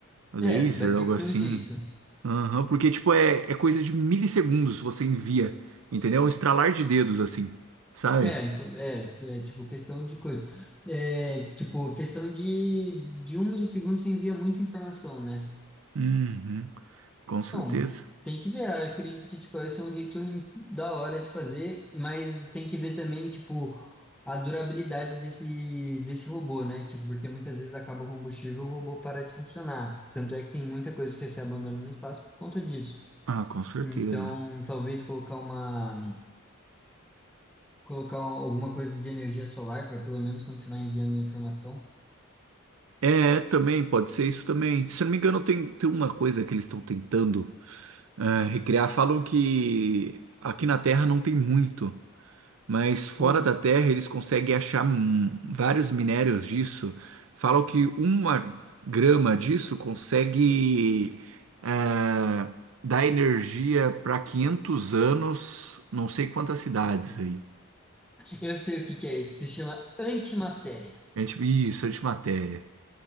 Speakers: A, on the right; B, in the centre.
A: laser,
B: É, vai ter
A: algo
B: que
A: assim.
B: ser o jeito.
A: Aham, porque, tipo, é, é coisa de milissegundos você envia, entendeu? Um estralar de dedos, assim, sabe?
B: É, info- é, é, tipo, questão de coisa. É, tipo, questão de, de um milissegundo você envia muita informação, né?
A: Uhum, com certeza.
B: Bom, tem que ver. Eu acredito que, tipo, esse é um jeito em- da hora de fazer, mas tem que ver também, tipo, a durabilidade desse, desse robô, né? Tipo, porque muitas vezes acaba o combustível, o robô para de funcionar. Tanto é que tem muita coisa que se abandona no espaço por conta disso.
A: Ah, com certeza.
B: Então, talvez colocar uma, colocar alguma coisa de energia solar para pelo menos continuar enviando informação.
A: É, também, pode ser isso também. Se eu não me engano, tem, tem uma coisa que eles estão tentando eh, recriar. Falam que aqui na Terra não tem muito. mas fora
B: Hum,
A: da Terra eles conseguem achar hum, vários minérios disso. Falam que uma grama disso consegue eh, dar energia para 500 anos, não sei quantas cidades aí.
B: eu sei o que que é isso. Se chama antimatéria.
A: A gente, isso, antimatéria.